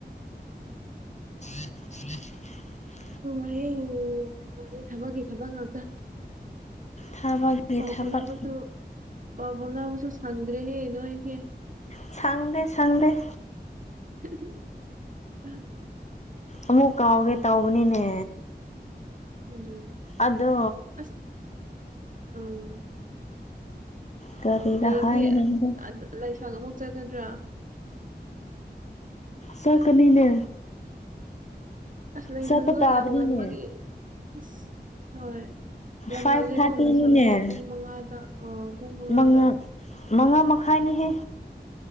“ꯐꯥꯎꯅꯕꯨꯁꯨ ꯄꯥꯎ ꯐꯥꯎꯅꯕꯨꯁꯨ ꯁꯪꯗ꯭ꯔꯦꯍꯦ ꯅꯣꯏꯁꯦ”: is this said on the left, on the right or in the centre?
Right